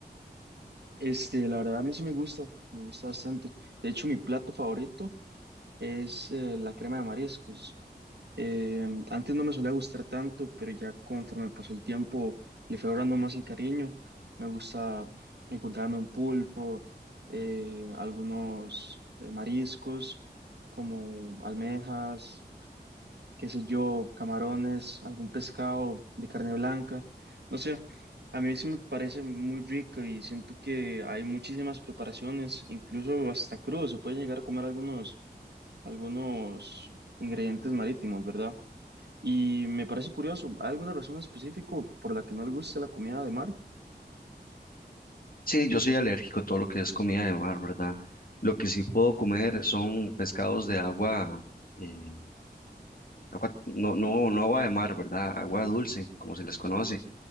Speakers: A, on the right; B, on the left.
A: Este, la verdad a mí sí me gusta, me gusta bastante. De hecho, mi plato favorito es eh, la crema de mariscos. Eh, antes no me solía gustar tanto, pero ya conforme pasó el tiempo le fui agarrando más el cariño. Me gusta encontrarme un pulpo, eh, algunos eh, mariscos como almejas, qué sé yo, camarones, algún pescado de carne blanca. No sé, a mí sí me parece muy rico y siento que hay muchísimas preparaciones, incluso hasta crudo, se puede llegar a comer algunos, algunos ingredientes marítimos, ¿verdad? Y me parece curioso, ¿hay alguna razón específica por la que no le gusta la comida de mar?
B: Sí, yo soy alérgico a todo lo que es comida de mar, ¿verdad? Lo que sí puedo comer son pescados de agua, eh, agua, no, no, no agua de mar, ¿verdad? Agua dulce, como se les conoce.